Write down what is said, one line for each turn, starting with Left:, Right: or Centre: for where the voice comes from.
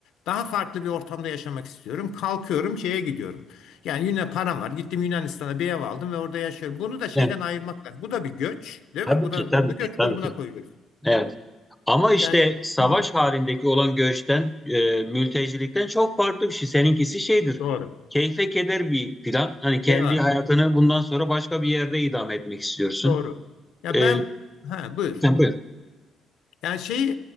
Left: Daha farklı bir ortamda yaşamak istiyorum. Kalkıyorum, şeye gidiyorum. Yani Yunan param var. Gittim Yunanistan'a bir ev aldım ve orada yaşıyorum. Bunu da şeyden
Centre: Evet.
Left: ayırmak lazım. Bu da bir göç, değil
Centre: Tabii
Left: mi? Bu
Centre: ki,
Left: da
Centre: tabii
Left: bunu da göç
Centre: ki, tabii
Left: grubuna
Centre: ki.
Left: koyuyoruz.
Centre: Evet. Ama işte
Left: Yani
Centre: savaş
Left: Hı,
Centre: halindeki olan göçten, e, mültecilikten çok farklı bir şey. Seninkisi şeydir.
Left: doğru.
Centre: Keyfe keder bir plan. Hani kendi
Left: Eyvallah.
Centre: hayatını bundan sonra başka bir yerde idame etmek istiyorsun.
Left: Doğru. Ya
Centre: E,
Left: ben ha buyur.
Centre: tabii.
Left: Yani şey